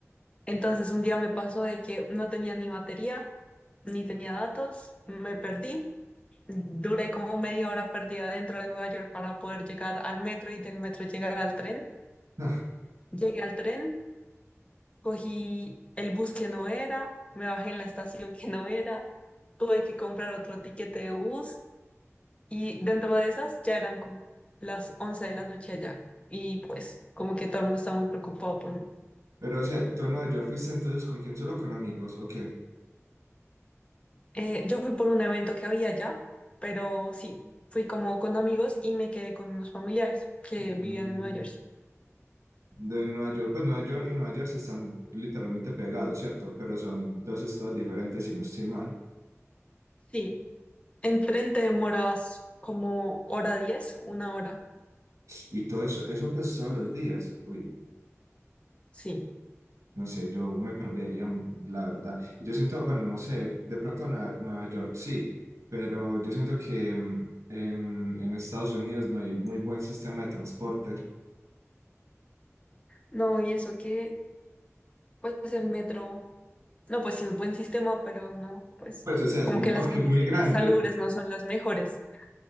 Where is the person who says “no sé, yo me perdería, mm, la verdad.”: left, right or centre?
Right